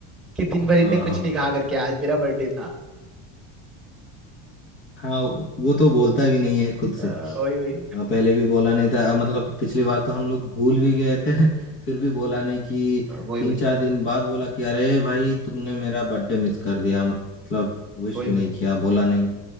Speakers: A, in the centre; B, on the left.
A: कि दिन भर इनने
B: हाँ
A: कुछ
B: हाँ
A: नहीं कहा करके आज मेरा बर्थडे था
B: हाँ वो तो बोलता भी नहीं है खुद
A: अ,
B: से
A: वही वही
B: हाँ, पहले भी बोला नहीं था मतलब पिछली बार तो हम लोग भूल भी गए थे <laughs> फिर भी बोला नहीं कि
A: वही
B: तीन
A: वही
B: चार दिन बाद बोला कि अरे भाई तुमने मेरा बर्थडे मिस कर दिया मतलब विश
A: वही
B: भी
A: वही
B: नहीं किया बोला नहीं